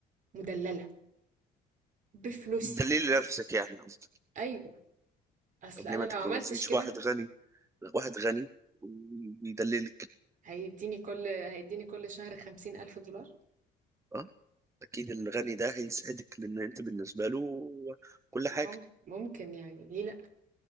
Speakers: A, on the right; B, on the right.
A: مدللة بفلوسي
B: دليل نفسك يعني قصدي
A: ايوه اصل
B: طب
A: انا
B: ليه ما
A: لو
B: تتجوزيش
A: عملتش كده
B: واحد غني لا واحد غني ويدللك
A: هيديني كل هيديني كل شهر خمسين ألف دولار
B: اه اكيد الغني ده هيسعدك لان انت بالنسبه له كل حاجه
A: مم- ممكن يعني ليه لأ